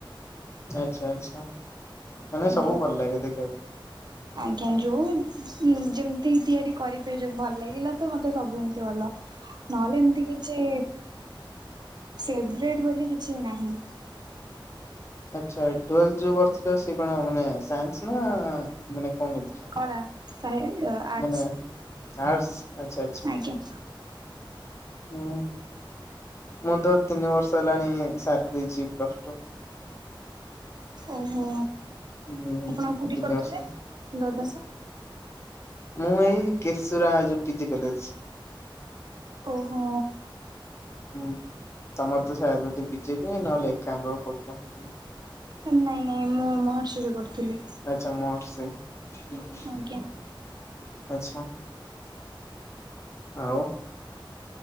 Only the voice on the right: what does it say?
ଆଜ୍ଞା।
ଆଜ୍ଞା ଯୋଉ ଯେମିତି ତିଆରି କରିପାରିବେ ଭଲ ଲାଗିଲା ତ ମତେ ସବୁ ଏମତି ଭଲ। ନହେଲେ ଏମିତି କିଛି ସେବ୍ରେଟ୍ ବୋଲି କିଛି ନାହିଁ।
କଳା ସାହି ଆର୍ଟସ
ଆଜ୍ଞା।
ଓହୋ
ଆପଣ କୋଉଠି କରିୁଥିଲେ
ଦ୍ୱାଦଶ?
ଓହୋ।
ନାଇଁ ନାଇଁ ମୁଁ ମହର୍ଷିରେ ପଢୁଥିଲି।
ଆଜ୍ଞା।